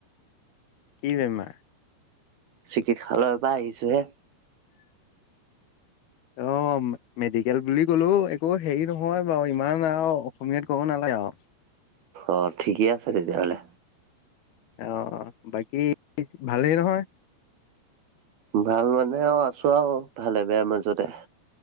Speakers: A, on the left; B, on the right.
A: কি বেমাৰ?
B: চিকিৎসালয়ৰ পৰা আহিছো হে।
A: <inaudible> অঁ মেডিকেল বুলি কলো একো হেৰি নহয় বাৰু ইমান আৰু অসমীয়াত ক'ব নালাগে আও।
B: অ' ঠিকেই আছে তেতিয়াহ'লে।
A: অঁ অঁ, বাকী ভালেই নহয়।
B: ভাল মানে আও আছো আও ভালে বেয়া মাজতে।